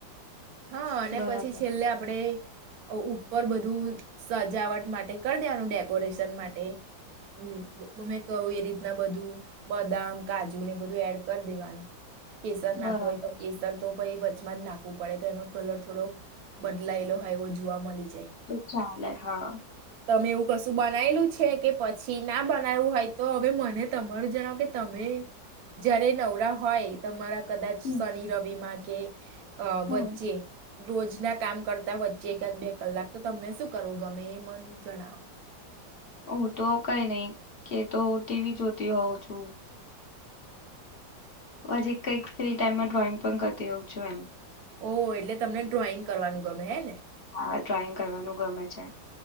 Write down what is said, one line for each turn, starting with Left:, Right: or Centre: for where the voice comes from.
Right: હા અને
Left: બરાબર
Right: પછી છેલ્લે આપડે ઉપર બધું સજાવટ માટે કરી દેવાનું ડેકોરેશન માટે હમ ગમે કું એ રીતે ના બધું બદામ કાજુ ને બધું એડ કરી દેવાનું કેસર નાખવું
Left: બરાબર
Right: હોય તો કેસર તો ભાઈ બધ અચમતના પડે તો એનો કલર થોડોક બદલાયેલો હોય એવો જોવા મળી જ
Left: તો ચલ હા
Right: તમે એવું કશું બનાયલું છે કે પછી ના બનાવું હોય તો હવે મને તમાર જણાવો કે તમે જયારે નવરા હોય તમારા કદાચ
Left: હમ
Right: શનિ રવિમાં કે અ
Left: હમ
Right: બચ્ચે રોજના કામ કરતા વચ્ચે એકાદ બે કલાક તો તમને શું કરવું ગમે એ મન જણાવો
Left: હું તો કઈ નઈ કે તો હ ટીવી જોતી હોઉં છું હજી કંઈક ફ્રી ટાઈમમાં ડ્રોઈંગ પણ કરતી રહઉં છું એમ
Right: ઓ એટલે તમને ડ્રોઈંગ કરવાનું ગમે હે ને
Left: હા ડ્રોઈંગ કરવાનું ગમે છે